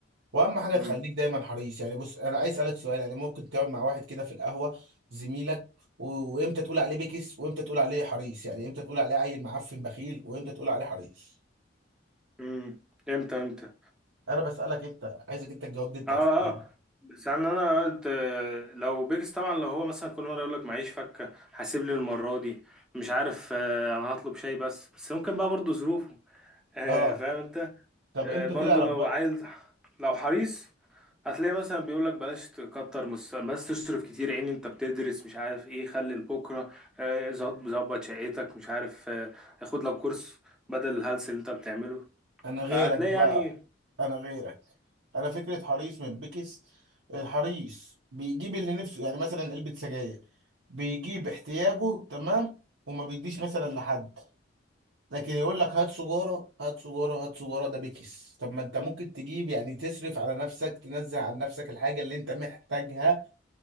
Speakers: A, on the right; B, in the centre.
A: واهم حاجة
B: امم
A: تخليك دايما حريص يعني بص انا عايز اسألك سؤال يعني ممكن تقعد مع واحد كده في القهوة زميلك و- وامتى تقول عليه بكس وامتى تقول عليه حريص يعني امتى تقول عليه عيل معفن بخيل وامتى تقول عليه حريص
B: امم امتى امتى
A: انا بسألك انت عايزك انت تجاوبني انت
B: اه
A: على السؤال
B: اه
A: ده.
B: بس يعني انا قلت آه، لو بيكس طبعا لو هو مثلا كل مره يقول لك معيش فكه هسيب لي المره دي مش عارف آه، انا هطلب شاي بس بس ممكن بقى برضو ظروفه <laughs> آه،
A: اه
B: فاهم انت
A: طب
B: آه،
A: امتى
B: برضو
A: تعرف
B: لو
A: برضه
B: عايز لو حريص هتلاقي مثلا بيقول لك بلاش تكتر مس- بس تصرف كتير عين انت بتدرس مش عارف ايه خلي لبكره آه، ظبط ظبط شقتك مش عارف آه، خد لك كورس بدل الهلس اللي انت بتعمله
A: انا غيرك
B: فهتلاقي
A: بقى
B: يعني
A: انا غيرك انا فكره حريص من بكس الحريص بيجيب اللي نفسه يعني مثلا علبه سجاير بيجيب احتياجه تمام وما بيديش مثلا لحد لكن يقول لك هات سجاره هات سجاره هات سجاره ده بكس طب ما انت ممكن تجيب يعني تصرف على نفسك تنزع عن نفسك الحاجه اللي انت محتاجها